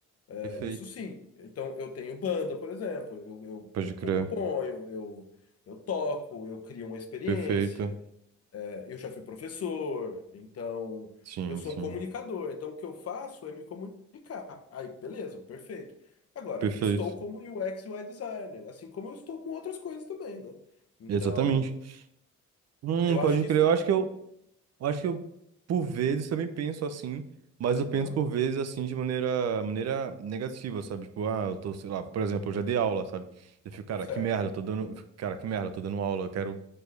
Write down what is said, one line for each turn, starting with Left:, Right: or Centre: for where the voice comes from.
Left: É,
Right: Perfeito.
Left: isso sim. Então, eu tenho banda, por exemplo. Eu, eu,
Right: Pode
Left: eu
Right: crer.
Left: componho, eu, eu toco, eu crio uma experiência.
Right: Perfeito.
Left: É, eu já fui professor, então
Right: Sim,
Left: eu sou
Right: sim.
Left: um comunicador. Então, o que eu faço é me comunicar. Aí, beleza, perfeito. Agora,
Right: Perfeito.
Left: estou como UX e UI designer, assim como eu estou com outras coisas também, né? Então,
Right: Exatamente. Hum,
Left: eu
Right: pode
Left: acho que
Right: crer.
Left: isso.
Right: Eu acho que eu, eu acho que eu, por vezes, também penso assim, mas eu penso
Left: Aham,
Right: por vezes assim de maneira, maneira negativa, sabe? Tipo, ah, eu tô, sei lá, por exemplo, eu já dei aula, sabe? Eu fico, cara,
Left: certo,
Right: que merda, eu tô dando, eu fico, cara, que merda, eu tô dando aula, eu quero